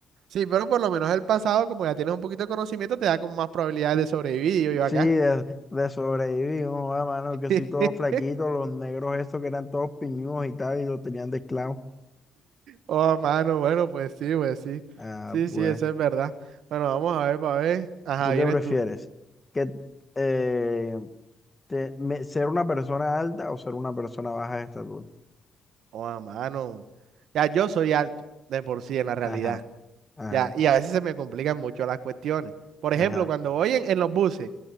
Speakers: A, on the right (about 75°); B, on the left (about 15°).
A: Sí, pero por lo menos el pasado, como ya tienes un poquito de conocimiento, te da como más probabilidades de sobrevivir, digo yo
B: Sí,
A: acá.
B: de, de sobrevivir, no, ah, mano, yo que
A: <laughs>
B: soy todo flaquito, los negros estos que eran todos piñudos y tal, y los tenían de esclavos.
A: Oh, mano, bueno, pues sí, pues sí.
B: Ah,
A: Sí,
B: pues,
A: sí, eso es verdad. Bueno, vamos a ver, para ver. Ajá,
B: ¿tú qué
A: vienes
B: prefieres?
A: tú.
B: ¿Que, eh, te- me- ser una persona alta o ser una persona baja de estatura?
A: Oh, mano. Ya, yo soy alto, de por sí, en la realidad.
B: Ajá, ajá,
A: Ya, y a veces se me complican mucho las cuestiones. Por ejemplo,
B: ajá,
A: cuando voy en, en los buses,